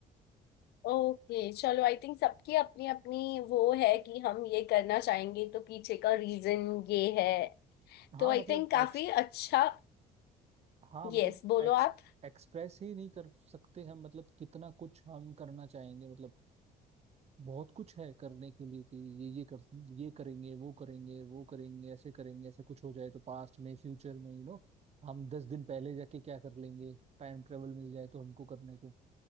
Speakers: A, on the left (about 75°); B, on the right (about 40°).
A: ओके चलो आई थिंक सबकी अपनी अपनी वो है कि हम ये करना चाहेंगे तो पीछे का रीजन ये है
B: हाँ
A: तो आई
B: मतलब
A: थिंक काफी
B: एक्स
A: अच्छा
B: हाँ
A: यस
B: मतलब
A: बोलो
B: एक्स
A: आप
B: एक्सप्रेस ही नहीं कर सकते हम मतलब कितना कुछ हम करना चाहेंगे मतलब बहुत कुछ है करने के लिए कि ये ये कर ये करेंगे वो करेंगे वो करेंगे ऐसे करेंगे ऐसा कुछ हो जाए तो पास्ट में फ्यूचर में यू नो हम दस दिन पहले जाके क्या कर लेंगे टाइम ट्रेवल मिल जाए तो हमको करने को